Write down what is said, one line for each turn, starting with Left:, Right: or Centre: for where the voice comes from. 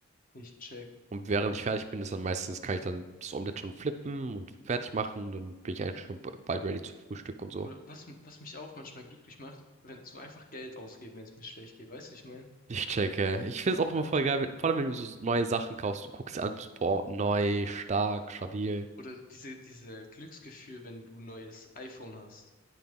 Left: Nicht check.
Right: Und während ich fertig bin, ist dann meistens, kann ich dann das Omelett schon flippen und fertig machen. Dann bin ich eigentlich schon b- bald ready zu Frühstück und so.
Left: Oder was, m- was mich auch manchmal glücklich macht, wenn so einfach Geld ausgeben, wenn es mir schlecht geht, weißt du, ich meine?
Right: Ich checke. Ich finde es auch immer
Left: Äh,
Right: voll geil, wenn, vor allem wenn du so neue Sachen kaufst. Du guckst dir an, bist, boah, neu, stark, stabil.
Left: Oder diese, diese Glücksgefühl, wenn du ein neues iPhone hast.